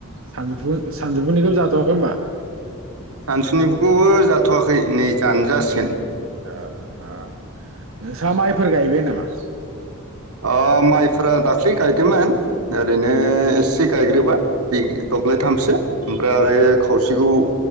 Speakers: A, on the right; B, on the right.
A: सानजौफु सानजौफुनिखौ जाथ'वाखै होमबा ।
B: सानसुनिफुखौबो जाथ'वाखै नै जानो जासि
A: ओ नोंसा माइफोर गायबाय नामा?
B: ओ माइफोरा दाख्लै गायदोंमोन ओरैनो एसे गायग्रोबाय बि दब्लायथामसो ओमफ्राय आरो खावसेखौ